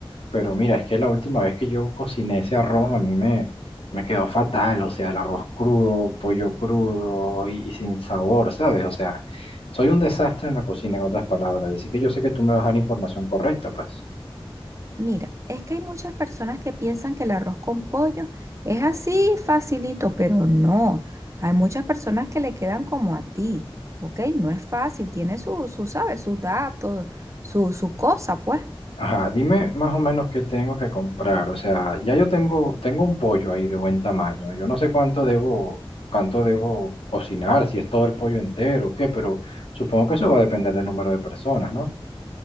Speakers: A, on the left (about 80°); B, on the right (about 30°).
A: Pero mira, es que la última vez que yo cociné ese arroz a mí me, me quedó fatal, o sea, el arroz crudo, pollo crudo y, y sin sabor, ¿sabes? O sea, soy un desastre en la cocina, en otras palabras, así que yo sé que tú me vas a dar la información correcta, pues.
B: Mira, es que hay muchas personas que piensan que el arroz con pollo es así facilito, pero no. Hay muchas personas que le quedan como a ti, ¿ok? No es fácil, tiene su, su, ¿sabes? Sus datos, su, su cosa, pues.
A: Ajá, dime más o menos qué tengo que comprar, o sea, ya yo tengo, tengo un pollo ahí de buen tamaño, yo no sé cuánto debo, cuánto debo cocinar, si es todo el pollo entero o qué, pero supongo que eso va a depender del número de personas, ¿no?